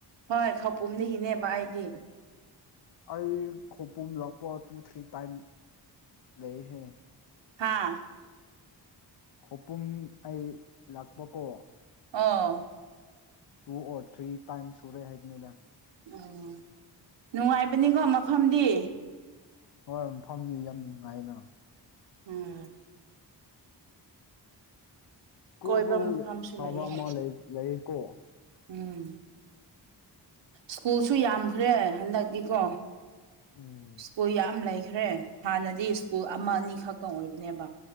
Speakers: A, on the right; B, on the left.
A: ꯍꯣꯏ ꯈꯧꯄꯨꯝꯗꯒꯤꯅꯦꯕ ꯑꯩꯗꯤ
B: ꯑꯩ ꯈꯧꯄꯨꯝ ꯂꯛꯄ ꯇꯨ ꯊ꯭ꯔꯤ ꯇꯥꯏꯝ ꯂꯩꯍꯦ
A: ꯍꯥꯥ
B: ꯈꯧꯄꯨꯝ ꯑꯩ ꯂꯥꯛꯄꯀꯣ
A: ꯑꯣ
B: ꯇꯨ ꯑꯣꯔ ꯊ꯭ꯔꯤ ꯇꯥꯏꯝꯁ ꯁꯨꯔꯦ ꯍꯥꯏꯕꯅꯤꯗ
A: ꯑꯣ ꯅꯨꯡꯉꯥꯏꯕꯅꯤꯀꯣ ꯃꯐꯝꯗꯤ
B: ꯍꯣꯏ ꯃꯐꯝꯗꯤ ꯌꯥꯝꯅ ꯅꯨꯡꯉꯥꯏꯌꯦꯅ
A: ꯎꯝ
B: ꯁ꯭ꯀꯨꯜꯁꯨ
A: ꯀꯣꯏꯕ ꯃꯐꯝꯁꯨ
B: ꯐꯕ
A: ꯂꯩꯌꯦ
B: ꯑꯃ ꯂꯩꯀꯣ
A: ꯎꯝ ꯁ꯭ꯀꯨꯜꯁꯨ ꯌꯥꯝꯈ꯭ꯔꯦ ꯍꯟꯗꯛꯇꯤꯀꯣ
B: ꯎꯝ
A: ꯁ꯭ꯀꯨꯜ ꯌꯥꯝ ꯂꯩꯈ꯭ꯔꯦ ꯍꯥꯟꯅꯗꯤ ꯁ꯭ꯀꯨꯜ ꯑꯃ ꯑꯅꯤ ꯈꯛꯇꯪ ꯑꯣꯏꯕꯅꯦꯕ